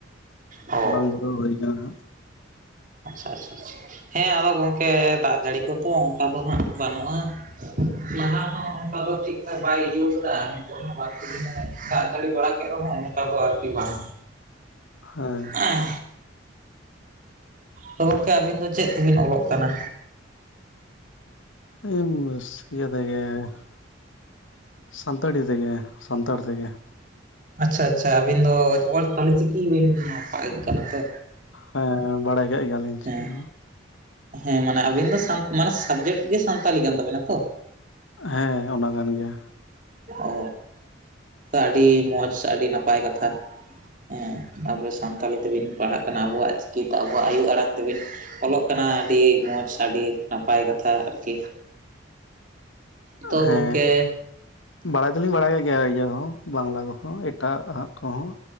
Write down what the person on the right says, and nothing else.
ᱚ
ᱟᱪᱪᱷᱟ ᱟᱪᱪᱷᱟ ᱟᱪᱪᱷᱟ ᱦᱮᱸ ᱟᱫᱚ ᱜᱚᱝᱠᱮ ᱫᱟᱜ ᱡᱟᱹᱲᱤ ᱠᱚᱫᱚ ᱚᱱᱠᱟ ᱫᱚ ᱦᱟᱸᱜ ᱵᱟᱹᱱᱩᱜᱼᱟ <inaudible> ᱞᱟᱦᱟ ᱦᱚᱸ ᱚᱱᱠᱟ ᱫᱚ ᱴᱷᱤᱠ ᱴᱷᱟᱠ ᱵᱟᱭ ᱤᱭᱟᱹᱣᱠᱟᱫᱟ ᱱᱤᱛᱚᱜ ᱦᱚᱸ ᱵᱟᱨ ᱞᱮ ᱫᱤᱱᱮ ᱫᱟᱜ ᱢᱟᱲᱤ ᱵᱟᱲᱟ ᱠᱮᱫ ᱨᱮᱦᱚᱸ ᱝᱠᱟᱫᱚ ᱟᱨᱠᱤ ᱵᱟᱝ
ᱦᱮᱸ ᱛᱚ ᱜᱚᱝᱠᱮ ᱟᱵᱤᱱ ᱫᱚ ᱪᱮᱫ ᱛᱮᱵᱤᱱ ᱚᱞᱚᱜ ᱠᱟᱱᱟ
ᱟᱪᱪᱷᱟ ᱟᱪᱪᱷᱟ ᱟᱹᱵᱤᱱ ᱫᱚ ᱚ ᱛᱟᱦᱚᱞᱮ ᱪᱤᱠᱤ ᱵᱤᱱ ᱯ ᱠᱟᱱᱟ ᱛᱚ
ᱦᱮᱸ
ᱦᱮᱸ ᱢᱟᱱᱮ ᱟᱵᱤᱱ ᱫᱚ ᱥᱟᱱᱛ ᱢᱟᱱᱮ ᱥᱟᱵᱡᱮᱠᱴ ᱜᱮ ᱥᱟᱱᱛᱟᱞᱤ ᱠᱟᱱ ᱛᱟᱵᱤᱱᱟ ᱛᱚ
ᱚ ᱟᱹᱰᱤ ᱢᱚᱡᱽ ᱟᱹᱰᱤ ᱱᱟᱯᱟᱭ ᱠᱟᱛᱷᱟ ᱮᱸ ᱟᱵᱮ ᱥᱟᱱᱛᱟᱞᱤ ᱛᱮᱵᱤᱱ ᱯᱟᱲᱦᱟᱜ ᱠᱟᱱᱟ ᱟᱵᱚᱣᱟᱜ ᱪᱤᱠᱤᱛᱮ ᱟᱵᱚᱣᱟᱜ ᱟᱭᱩ ᱟᱲᱟᱝ ᱛᱮᱵᱤᱱ ᱚᱞᱚᱜ ᱠᱟᱱᱟ ᱠᱟᱱᱟ ᱟᱹᱰᱤ ᱢᱚᱡᱽ ᱟᱹᱰᱤ ᱱᱟᱯᱟᱭ ᱠᱟᱛᱷᱟ ᱟᱨᱠᱤ ᱛᱚ
ᱜᱚᱝᱠᱮ